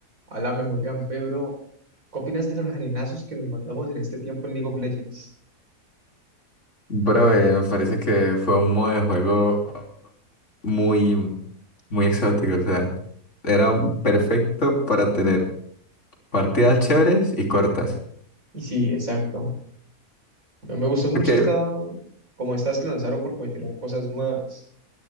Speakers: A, on the right; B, on the left.
A: Alame, Julián, Pedro, ¿qué opinas de los arenazos que nos mandamos en este tiempo en League of Legends?
B: Bro, eh, me parece que fue un modo de juego muy, muy exótico. O sea, era un- perfecto para tener partidas chéveres y cortas.
A: Y sí, exacto. Me me gustó mucho
B: Porque
A: esta, como estas que lanzaron porque metieron cosas nuevas.